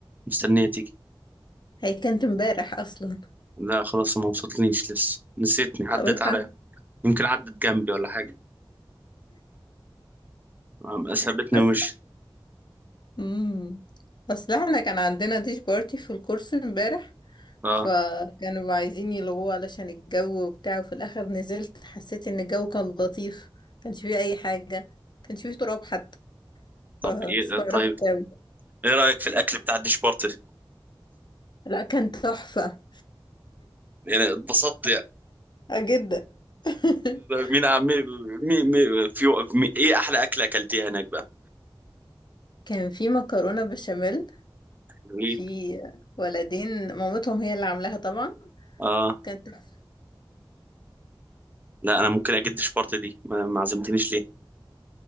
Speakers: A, on the right; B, on the left.
A: مستنية تيجي،
B: هي كانت امبارح اصلا
A: لا خلاص ما وصلتليش لسه، نسيتني عدت
B: <laughs> طب الحمد
A: عليا، يمكن عدت جنبي ولا حاجة، أم- سابتني
B: بس
A: ومشيت،
B: امم اصل احنا كان عندنا ديش بارتي في الكورس امبارح
A: اه
B: فكانوا عايزين يلغوه علشان الجو وبتاع وفي الاخر نزلت حسيت ان الجو كان لطيف كانش فيه اي حاجة كانش فيه تراب حتى
A: طب
B: فاستغربت
A: ايه طيب
B: أوي
A: ايه رأيك في الأكل بتاع الدشبورتي؟
B: لا كان تحفة
A: يعني اتبسطت يعني،
B: آه، جدا <laughs>
A: مين عم مين مين مين- في مين ايه أحلى أكلة أكلتيها هناك بقى؟
B: كان في مكرونة بشاميل
A: جميل.
B: في ولدين مامتهم هي اللي عاملاها طبعا
A: اه
B: كانت تحفة.
A: لا أنا ممكن أجيب دشبورتي دي، ما ما عزمتنيش ليه؟